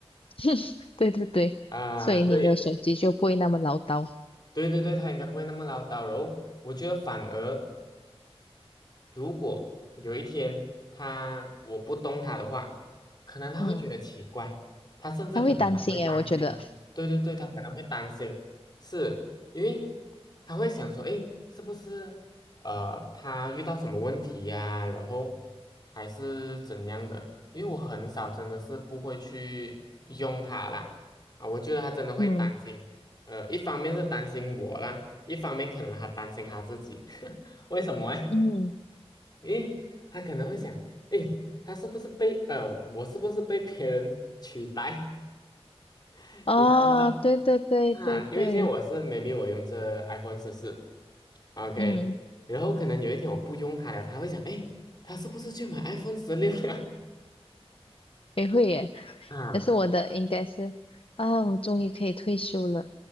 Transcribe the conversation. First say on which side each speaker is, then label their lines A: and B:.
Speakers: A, on the left (about 60°); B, on the left (about 40°).
A: <laughs> 对对对，
B: 啊、
A: 所以你的手机就不会那么唠叨，
B: 对对对对，他应该不会那么唠叨，然后我觉得反而。如果有一天他我不动他的话，可能他会觉得奇怪，
A: 嗯
B: 他甚至可能还会担心。
A: 他会担心诶，我觉得。
B: 对对对，他可能会担心，是因为他会想说，诶，是不是呃他遇到什么问题呀、然后还是怎样的？因为我很少真的是不会去用它啦，啊，我觉得他真的会担心。
A: 嗯，
B: 呃，一方面是担心我啦，一方面可能还担心他自己，<laughs> 为什么诶？
A: 嗯
B: 诶，他可能会想，诶，他是不是被呃，我是不是被别人取代？<laughs>
A: 哦，
B: 你知道吗？
A: 对对对对对，
B: 啊，因为现在我是 maybe 我用这 iPhone 十四，OK，
A: 嗯
B: 然后可能有一天我不用它了，他会想，诶，他是不是去买 iPhone 十六了？
A: 也会耶。
B: 啊，
A: 可是我的应该是啊，我终于可以退休了。